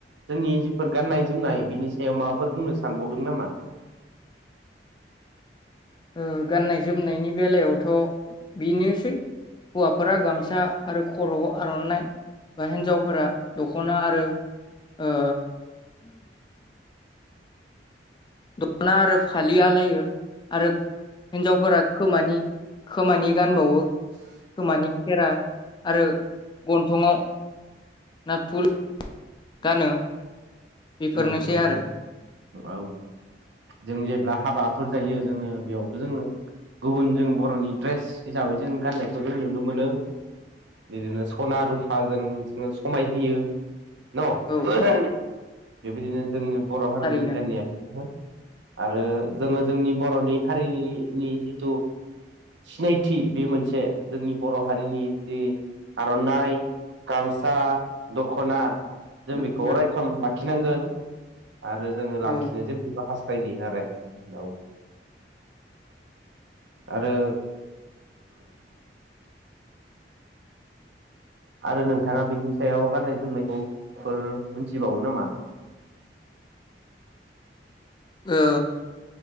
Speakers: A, on the right; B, on the left.
A: जोंनि जिफोर गाननाय जोमनाय बिनि सायाव माबाफोर बुंनो सानबावदों नामा?
B: ओ गाननाय जोमनायनि बेलायावथ बेनोसै हौवाफोरा गामसा आरो खर आव आरनाइ बा हिन्जावफोरा दखना आरो ओ दखना आरो फालि आलायो। आरो हिन्जावफोरा खोमानि खोमानि गानबावो खोमानि खेरा आरो गन थङाव नाथफुल गानो। बेफोरनोसै
A: औ नंगौ
B: आरो
A: औ जों जेब्ला हाबाफोर जायो जोङो बेयावबो जोङो गुबुन जों बर'नि दड्रेस हिसाबै जों गाननायखौ जों नुनो मोनो बिदिनो सना रुफाजों जों समाय होयो। न
B: औ
A: बिदिनो जोंनि बर'हारिनि
B: थारैनो
A: गान्नायाबो आरो जोङो जोंनि बर'नि हारिनि जिथु सिनायथि बे मोनसे जोंनि बर' हारिनि जि आरनाइ गामसा दखना जों
B: दख'ना
A: बेखौ अराय सम लाखि नांगोन। आरो जोङो लाखिनो
B: औ
A: <unintelligible> बायदिनो आरो औ आरो आरो नोंथाङा बिनि सायाव गाननाय जोमनायफोर ओ मोनथिबावो नामा?
B: ओ